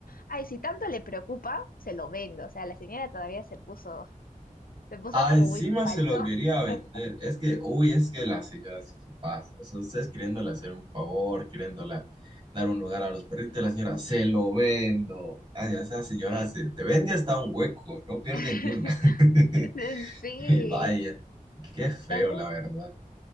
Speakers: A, on the left (about 85°); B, on the right (about 30°).
A: ay, si tanto le preocupa, se lo vendo. O sea, la señora todavía se puso, se puso
B: Ah,
A: como
B: encima
A: muy falto.
B: se lo quería
A: <laughs>
B: vender. Es que, uy, es que la señora sí se pasa. O sea, ustedes queriéndole hacer un favor, queriéndola dar un lugar a los perritos, la señora, se lo vendo. Ah, ya esa señora
A: Sí.
B: se te vende hasta un hueco, no pierde
A: <laughs>
B: ni una. <laughs>
A: Sí.
B: Y vaya, qué feo,
A: Entonces,
B: la verdad.